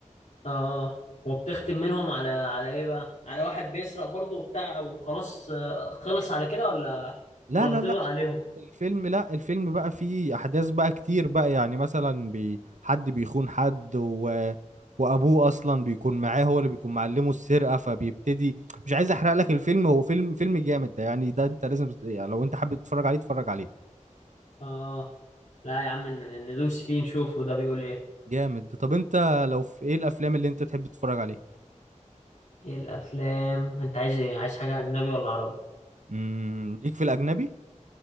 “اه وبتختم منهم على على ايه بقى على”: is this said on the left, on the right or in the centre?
Left